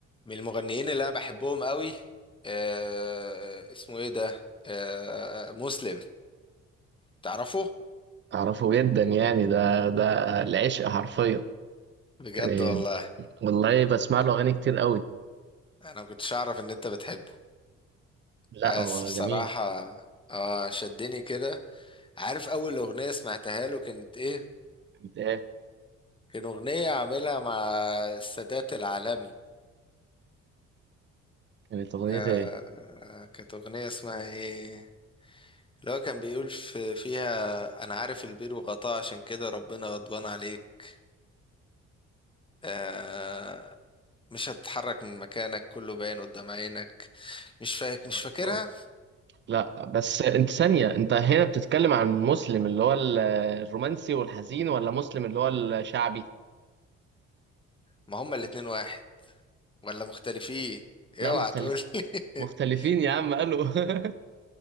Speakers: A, on the left; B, on the right.
A: من المغنيين اللي انا بحبهم قوي آه اسمه ايه ده آه مسلم تعرفه
B: أعرفه جدا يعني ده ده العشق حرفيا
A: بجد
B: يعني
A: والله
B: والله بسمع له أغاني كتير قوي
A: انا ما كنتش اعرف ان انت بتحبه
B: لا
A: بس
B: هو
A: بصراحة
B: جميل
A: اه شدني كده عارف اول اغنية سمعتها له كانت ايه
B: كانت إيه
A: كان اغنية عاملها مع السادات العالمي
B: كانت أغنية
A: آه
B: إيه
A: كانت اغنية اسمها ايه اللي هو كان بيقول في فيها انا عارف البير وغطاه عشان كده ربنا غضبان عليك آه مش هتتحرك من مكانك كله باين قدام عينك مش فاك
B: معرفة
A: مش فاكرها
B: آه. لا بس أنت ثانية أنت هنا بتتكلم عن مسلم اللي هو ال- الرومانسي والحزين ولا مسلم اللي هو الشعبي
A: ما هما الاتنين واحد ولا مختلفين اوعى
B: لا مختلف
A: تقول لي
B: مختلفين
A: <laughs>
B: يا عم قالوا <laughs>